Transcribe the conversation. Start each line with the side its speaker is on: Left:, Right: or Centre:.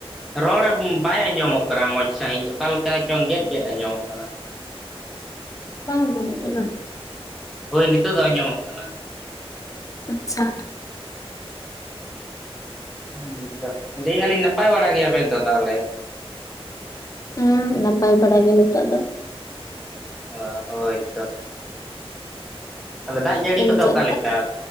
Centre: ᱨᱚᱲ ᱵᱟᱭ ᱟᱸᱡᱚᱢᱚᱜ ᱠᱟᱱᱟ ᱢᱚᱡᱽ ᱥᱟᱺᱦᱤᱡ ᱚᱠᱟ ᱞᱮᱠᱟ ᱪᱚᱝ ᱜᱮᱫ ᱜᱮᱫ ᱟᱸᱡᱚᱢᱚᱜ ᱠᱟᱱᱟ᱾
Left: ᱵᱟᱝ ᱟᱸᱡᱚᱢᱚᱜ ᱠᱟᱱᱟ᱾
Centre: ᱦᱳᱭ ᱱᱤᱛᱳᱜ ᱫᱚ ᱟᱸᱡᱚᱢᱚᱜ ᱠᱟᱱᱟ᱾
Left: ᱟᱪᱪᱷᱟ
Centre: ᱦᱮᱸ ᱛᱚ ᱞᱟᱹᱭ ᱟᱹᱞᱤᱧ ᱱᱟᱯᱟᱭ ᱵᱟᱲᱟ ᱜᱮᱭᱟᱵᱮᱱ ᱛᱚ ᱛᱟᱦᱚᱞᱮ
Left: ᱦᱮᱸ ᱱᱟᱯᱟᱭ ᱵᱟᱲᱟ ᱜᱮ ᱱᱤᱛᱚᱜ ᱫᱚ᱾
Centre: ᱚ ᱦᱳᱭᱛᱚ ᱛᱟᱦᱚᱞᱮ ᱫᱟᱜ
Left: ᱚᱱᱛᱮ
Centre: ᱡᱟᱹᱲᱤ ᱠᱚᱫᱚ
Left: ᱜᱮ ᱪᱮᱫ
Centre: ᱚᱠᱟ ᱞᱮᱠᱟ